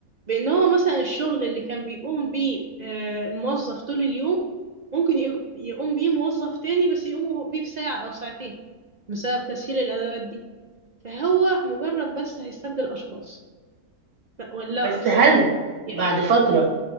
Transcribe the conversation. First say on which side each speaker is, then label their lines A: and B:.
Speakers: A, on the right; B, on the right.
A: بإن هو مثلا الشغل اللي كان بيقوم بيه آه، الموظف طول اليوم ممكن يق- يقوم بيه موظف تاني بس يقوم بيه بساعة أو ساعتين بسبب تسهيل الأدوات دي فهو مجرد بس هيستبدل أشخاص لا- ولا
B: بس
A: أكثر
B: هل
A: يعني
B: بعد فترة